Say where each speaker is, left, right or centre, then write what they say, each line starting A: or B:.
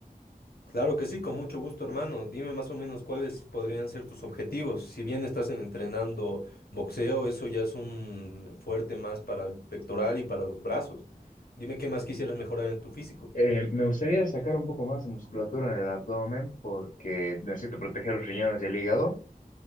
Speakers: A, on the left; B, on the left.
A: claro que sí, con mucho gusto hermano. Dime más o menos cuáles podrían ser tus objetivos. Si bien estás entrenando boxeo, eso ya es un fuerte más para el pectoral y para los brazos. Dime qué más quisieras mejorar en tu físico.
B: Eh, me gustaría sacar un poco más de musculatura en el abdomen porque necesito proteger los riñones y el hígado.